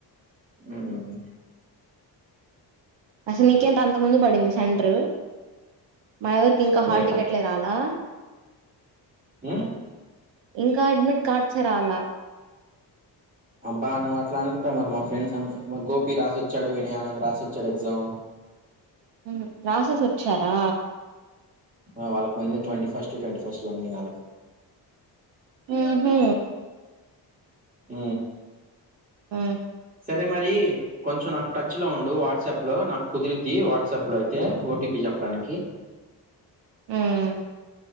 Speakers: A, on the right (about 20°); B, on the right (about 80°).
A: ఉమ్
B: అసలు నీకేంట అంత ముందు పడింది సెంటరు మాయవరికి ఇంకా
A: అదేగా
B: హాల్ టికెట్లే రాలా
A: ఉమ్
B: ఇంకా అడ్మిట్ కార్డ్స్ రాలా
A: అబ్బా నువ్వు అట్లా అనుకుంటవు మరి మా ఫ్రెండ్స్ అందరు గోపి రాసోచ్చాడు. వినయానంద్ రాసోచ్చాడు ఎగ్జామ్.
B: హ్మ్మ్ రాసేసి వచ్చారా?
A: ఆ వాళ్ళకు ముందే ట్వంటీ ఫస్ట్, ట్వంటీ ఫస్ట్ లో ఉన్నాయి వాళ్ళకి
B: ఉహు
A: ఊ
B: ఉ
A: సరే మరి కొంచెం నాకు టచ్ లో ఉండు వాట్సాప్ లో నాకు కుదిరిద్ది వాట్సాప్ లో అయితే ఓటీపీ చెప్ప ప్పడానికి
B: ఉమ్